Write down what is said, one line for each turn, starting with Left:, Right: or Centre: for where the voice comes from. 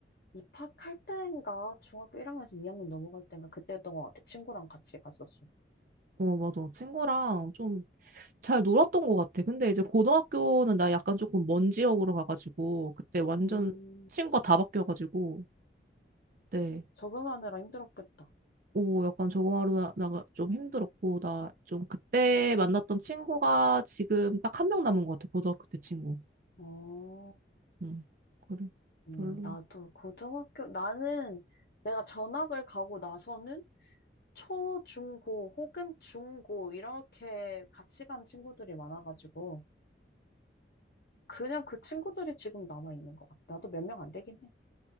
Left: 입학할 때인가 중학교 1학년에서 2학년 넘어갈 때인가 그때였던 것 같아. 친구랑 같이 갔었어.
Right: 어, 맞아. 친구랑 좀 잘 놀았던 것 같아. 근데 이제 고등학교는 나 약간 조금 먼 지역으로 가가지고 그때 완전
Left: 음,
Right: 친구가 다 바뀌어가지고 네.
Left: 적응하느라 힘들었겠다.
Right: 오, 약간 적응하러 나- 나가 좀 힘들었고 나 좀 그때 만났던 친구가 지금 딱 한 명 남은 것 같아. 고등학교 때 친구.
Left: 어.
Right: 음 그래.
Left: 음,
Right: 별로.
Left: 나도 고등학교, 나는 내가 전학을 가고 나서는 초, 중, 고 혹은 중, 고 이렇게 같이 간 친구들이 많아가지고 그냥 그 친구들이 지금 남아있는 것 같아. 나도 몇 명 안 되긴 해.